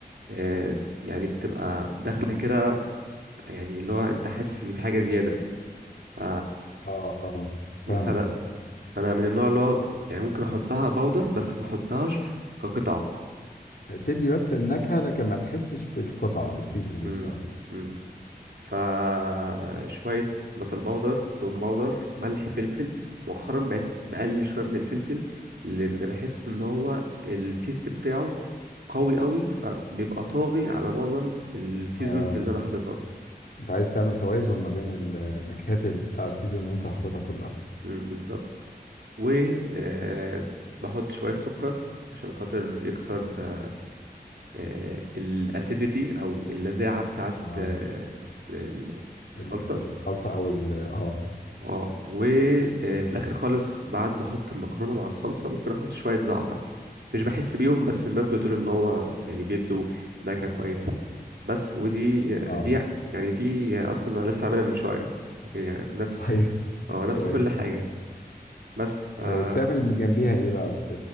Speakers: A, on the right (about 85°); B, on the left (about 70°).
A: آه، يعني بتبقى داخله كده يعني اللي هو انت حاسس ان في حاجه زياده ف-
B: اه اه فاهمك
A: فانا فانا من النوع اللي هو يعني ممكن احطها باودر بس ما احطهاش كقطع
B: تدي بس النكهه لكن ما تحسش بالقطعه بالبيسز
A: مم،
B: نفسها
A: مم، فشوية بصل باودر توم باودر ملح فلفل مؤخرا بقت بقلل شوية من الفلفل لأن بحس إن هو التيست بتاعه قوي قوي فبيبقى طاغي على معظم السيزونز
B: اه
A: اللي أنا حاططها
B: انت عايز تعمل توازن ما بين ال- النكهات ال- بتاع السيزون اللي انت حاططها كلها
A: مم، بالظبط و آه، بحط شوية سكر عشان خاطر يكسر آه، آه، الاسيديتي او اللذاعه بتاعت
B: اه
A: آه، الس-
B: ال-
A: الصلصه
B: الصلصه او ال اه
A: اه وفي الاخر خالص بعد ما احط المكرونه مع الصلصه ممكن احط شويه زعتر مش بحس بيهم بس الناس بتقول ان هو يعني بيدوا نكهه كويسه بس ودي آه،
B: اه
A: دي
B: <laughs>
A: يعني دي اصلا انا لسه عاملها من شويه هي نفس
B: طيب
A: اه نفس
B: كويس
A: كل حاجه بس فا
B: آه، وبتعمل جنبيها ايه بقى بت...